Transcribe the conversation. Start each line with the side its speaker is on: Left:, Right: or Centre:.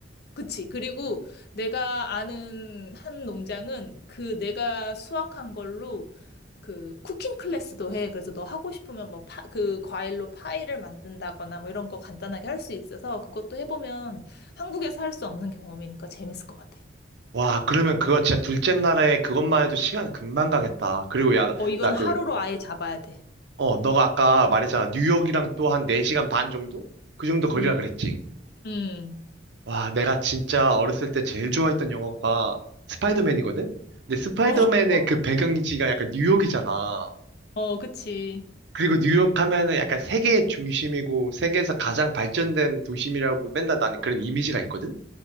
Left: 그치. 그리고 내가 아는 한 농장은 그 내가 수확한 걸로 그 쿠킹 클래스도 해. 그래서 너 하고 싶으면 뭐 파, 그 과일로 파이를 만든다거나 뭐 이런 거 간단하게 할 수 있어서 그것도 해보면 한국에서 할 수 없는 경험이니까 재밌을 것 같아.
Right: 와, 그러면 그거 진짜 둘째 날에 그것만 해도 시간 금방 가겠다. 그리고 야, 나
Left: 어, 이거는
Right: 나 그,
Left: 하루로 아예 잡아야 돼.
Right: 어, 너가 아까 말했잖아. 뉴욕이랑 또 한 4시간 반 정도? 그 정도 거리라
Left: 응,
Right: 그랬지.
Left: 응.
Right: 와, 내가 진짜 어렸을 때 제일 좋아했던 영화가 스파이더맨이거든? 근데 스파이더맨의
Left: 어, <laughs>
Right: 그 배경지가 약간 뉴욕이잖아.
Left: 어, 그치.
Right: 그리고 뉴욕 하면은 약간 세계의 중심이고 세계에서 가장 발전된 도심이라고 맨날 나는 그런 이미지가 있거든?